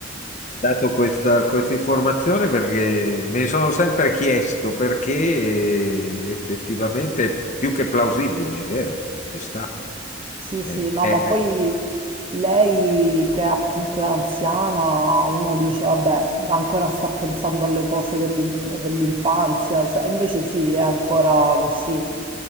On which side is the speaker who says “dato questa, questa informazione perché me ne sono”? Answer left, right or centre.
Left